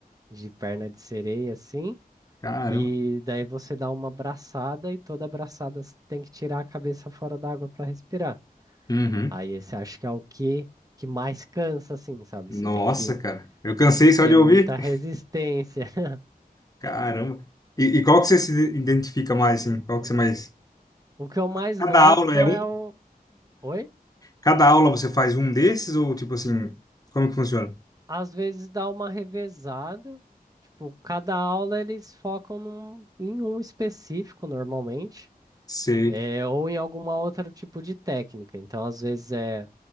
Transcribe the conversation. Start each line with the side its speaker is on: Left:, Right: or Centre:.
Right: de perna de sereia, assim.
Left: Caramba.
Right: E daí você dá uma abraçada e toda abraçada você tem que tirar a cabeça fora da água para respirar.
Left: Uhum.
Right: Aí esse acho que é o que, que mais cansa, assim, sabe?
Left: Nossa,
Right: Você tem que,
Left: cara. Eu cansei
Right: que ter
Left: só de
Right: muita
Left: ouvir.
Right: resistência.
Left: <laughs>
Right: <laughs>
Left: Caramba. E, e qual que você se identifica mais, assim? Qual que você mais...
Right: O que eu mais
Left: Cada
Right: gosto
Left: aula é um?
Right: é o. Oi?
Left: Cada aula você faz um desses ou, tipo assim, como que funciona?
Right: Às vezes dá uma revezada. Tipo, cada aula eles focam num- em um específico, normalmente.
Left: Sei.
Right: É, ou em alguma outra tipo de técnica. Então, às vezes é